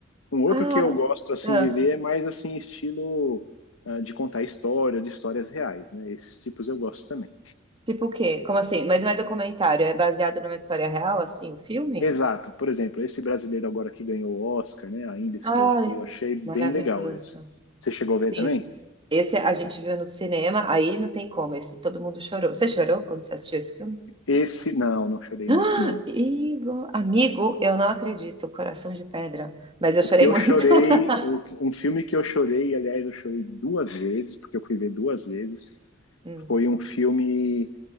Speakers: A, on the left; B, on the right.
A: Um outro
B: Ah,
A: que eu gosto assim
B: ah,
A: de ver é mais assim estilo ah, de contar história, de histórias reais, né? Esses tipos eu gosto também.
B: tipo o quê? Como assim? Mas não é documentário, é baseado numa história real, assim, o filme?
A: Exato. Por exemplo, esse brasileiro agora que ganhou o Oscar, né? Ainda estou
B: Ah,
A: aqui, eu achei bem
B: maravilhoso.
A: legal esse. Você chegou
B: Sim.
A: a ver também?
B: Esse a gente viu no cinema, aí não tem como, esse todo mundo chorou. Você chorou quando você assistiu esse filme?
A: Esse não, não chorei
B: <gasps> Ah,
A: nesse não.
B: Igor, amigo, eu não acredito, coração de pedra. Mas eu chorei
A: O que eu
B: muito.
A: chorei,
B: <laughs>
A: o- um filme que eu chorei, aliás, eu chorei duas vezes, porque eu fui ver duas vezes,
B: Hum.
A: Foi um filme.